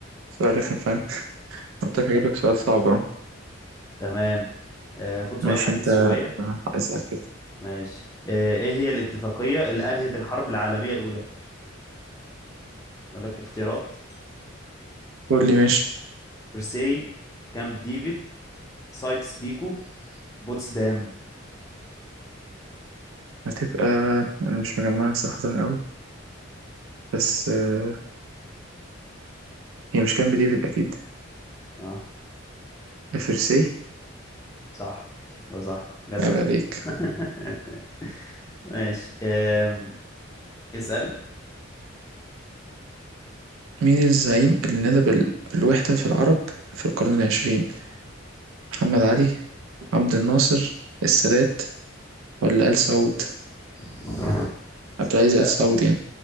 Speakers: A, on the right; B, on the left.
A: سؤال رخم فعلا <laughs> قلت لك هجيب لك سؤال صعب أهو.
B: تمام آه خد
A: ماشي
B: سؤال حديث
A: أنت
B: شوية
A: اسأل كده
B: ماشي آه ايه هي الاتفاقية اللي انهت الحرب العالمية الاولى اقول لك اختيارات
A: قول لي ماشي
B: فرساي كامب ديفيد سايكس بيكو بوتسدام
A: هتبقى أنا مش مجمعها صراحة أوي بس آه، هي مش كان بديفيد أكيد
B: اه
A: لفرسي
B: صح هو صح جدع
A: عيب عليك
B: <laughs> ماشي آم، اسأل
A: مين الزعيم اللي نادى بال... بالوحدة في العرب في القرن العشرين محمد علي عبد الناصر السادات ولا آل سعود
B: <laughs>
A: عبد العزيز
B: لا
A: آل سعود
B: طبعا
A: يعني